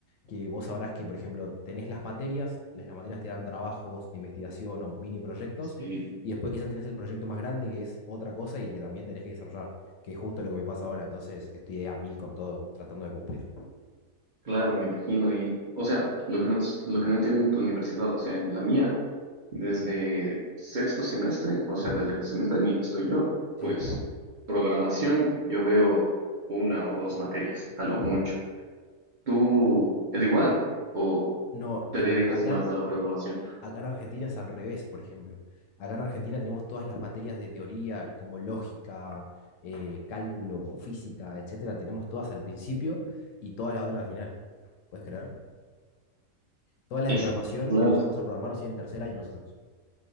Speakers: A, on the left (about 70°); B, on the right (about 40°).
A: que vos sabrás que, por ejemplo, tenés las materias, las, las materias te dan trabajos de investigación o mini proyectos,
B: Sí,
A: y después quizás tenés el proyecto más grande que es otra cosa y que también tenés que desarrollar, que es justo lo que me pasa ahora, entonces estoy a mil con todo, tratando de cumplir.
B: claro, me imagino. Y, o sea, lo que no, es- lo que no entiendo en tu universidad, o sea, en la mía, desde sexto semestre, o sea,
A: Ujú,
B: desde el semestre en el que estoy yo, pues
A: Sí.
B: programación, yo veo una o dos materias, a lo
A: ujú.
B: mucho. ¿Tú es igual o
A: No,
B: te
A: en,
B: dedicas
A: acá,
B: más a la programación?
A: Acá en Argentina es al revés, por ejemplo. Acá en Argentina tenemos todas las materias de teoría, como lógica, eh, cálculo, física, etcétera, tenemos todas al principio y todas las otras al final. ¿Puedes creer? Todas las
B: Es
A: de programación
B: claro.
A: empezamos a programar recién en tercer año nosotros.